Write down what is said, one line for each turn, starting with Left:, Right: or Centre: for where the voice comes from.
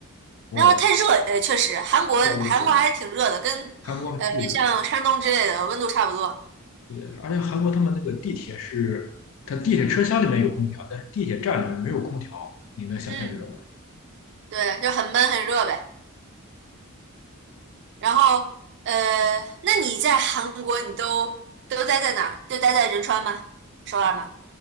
Left: 我，
Right: 然后太热，呃，确实，韩国韩国还是挺热的，
Left: 对对对，
Right: 跟呃像山东之类的温度差不多。
Left: 韩国巨热，对，而且韩国他们那个地铁是，它地铁车厢里面有空调，但是地铁站里面没有空调，你能想象这种？
Right: 嗯，对，就很闷很热呗。然后呃，那你在韩国你都都待在哪儿？就待在仁川吗？首尔吗？